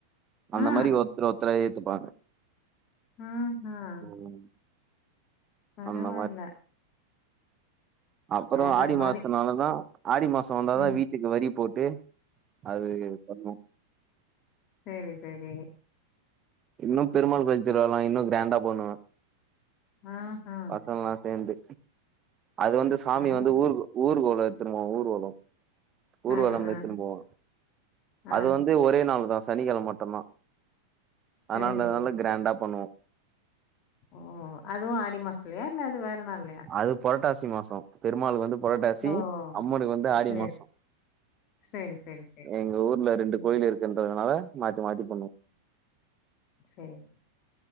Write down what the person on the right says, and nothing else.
அந்த
மாரி ஒருத்தர் ஒருத்தரா ஏத்துப்பாங்க
ம்
அந்த அப்பறோ
ஆடி
மாசனாலதா ஆடி மாசம் வந்தாதா
வீட்டுக்கு வரி போட்டு அது பண்ணும்
இன்னும் பெருமாள் கோயில் திருவ்லாலா இன்னும் கிராண்டா பண்ணுவோ
பசங்கல்லா சேந்து அது வந்து சாமி
வந்து ஊர் ஊர் கோல எத்துருவோம் ஊர் கோலோ ஊர்வலம்
எத்துனு போவோ
அது வந்து ஒரே நாள் தா சனிக்கெழ மட்டும்தா
ஆனாலனால கிராண்டா பண்ணுவோ
அது புரட்டாசி மாசோ பெருமாளுக்கு வந்து புரட்டாசி
அம்மனுக்கு வந்து ஆடி
மாசோம்
எங்க ஊர்ல ரெண்டு
கோயில் இருக்குன்றதுனால மாத்தி மாத்தி பண்ணுவோ